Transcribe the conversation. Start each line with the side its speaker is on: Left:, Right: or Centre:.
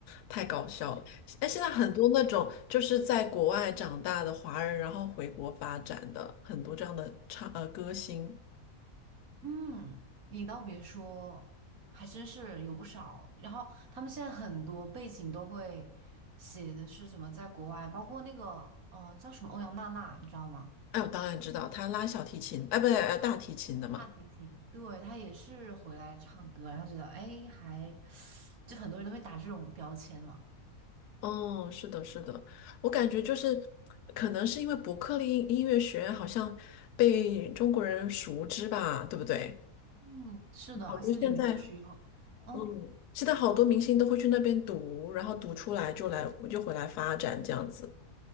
Left: 太搞笑了。哎，现在很多那种就是在国外长大的华人，然后回国发展的很多这样的唱呃歌星。
Right: <laughs> 嗯，你倒别说，还真是有不少。然后他们现在很多背景都会写的是什么在国外，包括那个嗯、呃叫什么欧阳娜娜，你知道吗？
Left: 哎，我当然知道，他拉小提琴，哎，不对，呃，大提琴的嘛。
Right: 大提琴，对，她也是回来唱歌，然后觉得哎，还就很多人都会打这种标签嘛。
Left: 哦，是的，是的，我感觉就是，可能是因为伯克利音乐学院好像被中国人熟知吧，对不对？
Right: 嗯，是的，
Left: 好多现在，
Right: 而且里面确实有。嗯。
Left: 嗯，现在好多明星都会去那边读，然后读出来就来，就回来发展这样子。